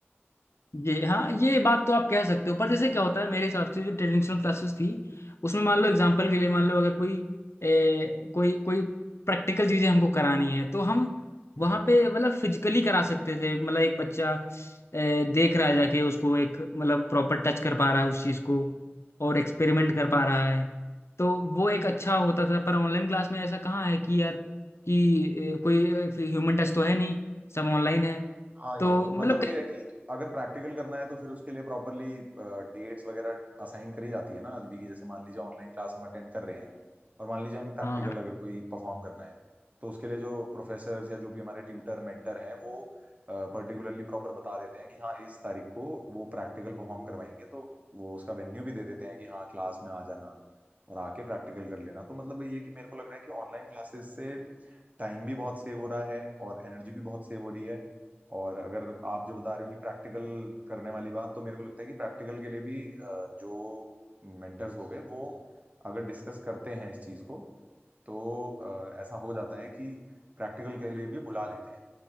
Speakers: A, on the left (about 85°); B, on the right (about 35°).
A: ये हाँ ये बात तो आप कह सकते हो पर जैसे क्या होता है मेरे हिसाब से जो ट्रेडिशनल क्लासेस थी उसमें मान लो एग्जांपल
B: हम्म
A: के लिए मान लो अगर कोई ए, कोई कोई प्रैक्टिकल चीजें हमको करानी है तो हम
B: हम्म
A: वहाँ पे मतलब फिजिकली करा सकते थे मतलब एक बच्चा ए, देख रहा
B: हम्म
A: है जाके उसको एक मतलब प्रॉपर टच कर पा रहा है उस चीज को और एक्सपेरिमेंट कर पा रहा है तो वो एक अच्छा होता था पर ऑनलाइन क्लास में ऐसा कहाँ है कि यार कि ए, कोई ह्यूमन टच तो है नहीं सब ऑनलाइन है
B: हाँ
A: तो
B: ये तो
A: मतलब
B: मतलब
A: कई-
B: ये है कि अगर प्रैक्टिकल करना है तो फिर उसके लिए प्रॉपरली डेट्स वगैरह असाइन करी जाती है ना आज भी की जैसे मान लीजिए ऑनलाइन क्लास हम अटेंड कर रहे हैं और मान लीजिए हमें प्रैक्टिकल
A: हाँ
B: अगर कोई परफॉर्म करना है तो उसके लिए जो प्रोफेसर या जो भी हमारे ट्यूटर मेंटर हैं वो पर्टिकुलरली प्रॉपर बता देते हैं कि हाँ इस तारीख को वो प्रैक्टिकल परफॉर्म करवाएंगे तो वो उसका वेन्यू भी दे देते हैं कि हाँ क्लास में आ जाना और आके प्रैक्टिकल कर लेना तो मतलब ये है कि मेरे को लग रहा है कि ऑनलाइन क्लासेस से टाइम भी बहुत सेव हो रहा है और एनर्जी भी बहुत सेव हो रही है और अगर आप जो बता रहे हो कि प्रैक्टिकल करने वाली बात तो मेरे को लगता है कि प्रैक्टिकल के लिए भी अ, जो मेंटर्स हो गए वो अगर डिस्कस करते हैं इस चीज को तो अ, ऐसा हो जाता है कि प्रैक्टिकल के लिए भी बुला लेते हैं